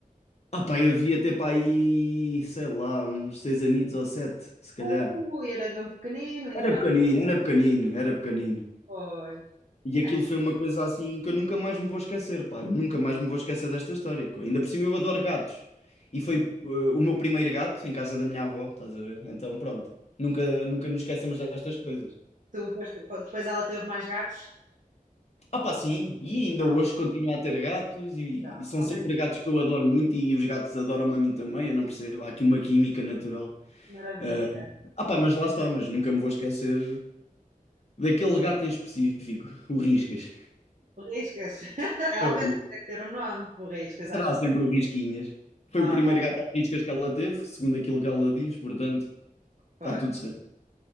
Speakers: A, on the left (about 45°); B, on the right (about 60°).
A: Ah pá, eu devia ter para aí, sei lá, uns seis anitos ou sete, se calhar.
B: Ui, eras mesmo pequenino, então.
A: Era pequenino, era pequenino, era pequenino.
B: Pois.
A: E aquilo
B: É,
A: foi uma coisa assim que eu nunca mais me vou esquecer, pá. Eu nunca mais me vou esquecer desta história. co- Ainda por cima eu adoro gatos. E foi eh, o meu primeiro gato em casa da minha avó, estás a ver? Então pronto, nunca, nunca nos esquecemos destas coisas.
B: tu, depois, depois ela teve mais gatos?
A: Ah pá, sim, e ainda
B: Não,
A: hoje continuo a ter gatos e,
B: não,
A: e são
B: ao
A: sempre
B: menos
A: gatos
B: isso.
A: que eu adoro muito e os gatos adoram-me a mim também, eu não percebo. Há aqui uma química natural.
B: Que maravilha.
A: Ah, Ah pá, mas lá está, mas nunca me vou esquecer daquele gato em específico, o Riscas.
B: Riscas. <laughs> Realmente
A: É o Ri-
B: tem que ter um nome. O Riscas,
A: Será
B: acho.
A: sempre o Risquinhas. Foi
B: Ah,
A: o primeiro gato a Riscas que ela teve, segundo aquilo que ela diz, portanto,
B: pois.
A: está tudo certo.